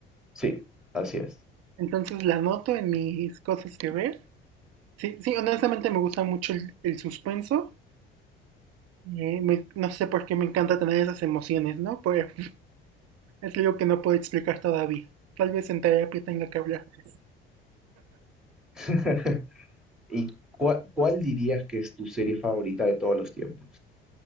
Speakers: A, in the centre; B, on the right.
A: Sí, así es.
B: Entonces la anoto en mis cosas que ver. Sí, sí, honestamente me gusta mucho el, el suspenso. Eh, me- no sé por qué me encanta tener esas emociones, ¿no? Pero <laughs> es algo que no puedo explicar todavía. Tal vez en terapia tenga que hablar. de eso.
A: <laughs> ¿Y cua- cuál dirías que es tu serie favorita de todos los tiempos?